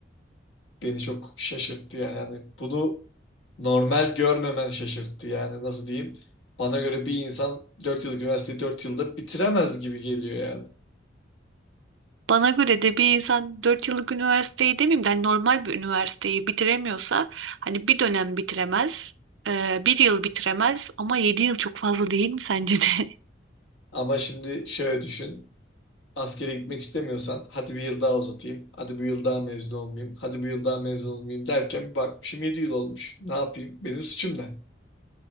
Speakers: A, on the left; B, on the right.
A: Beni çok şaşırttı yani. Yani bunu normal görmemen şaşırttı yani nasıl diyeyim. Bana göre bir insan dört yıllık üniversiteyi dört yılda bitiremez gibi geliyor yani.
B: Bana göre de bir insan 4 yıllık üniversiteyi demeyeyim de hani normal bir üniversiteyi bitiremiyorsa hani bir dönem bitiremez, e, bir yıl bitiremez ama 7 yıl çok fazla değil mi sence de? <laughs>
A: Ama şimdi şöyle düşün. askere gitmek istemiyorsan hadi bir yıl daha uzatayım. Hadi bir yıl daha mezun olmayayım. Hadi bir yıl daha mezun olmayayım derken bir bakmışım 7 yıl olmuş. Ne yapayım? Benim suçum ne?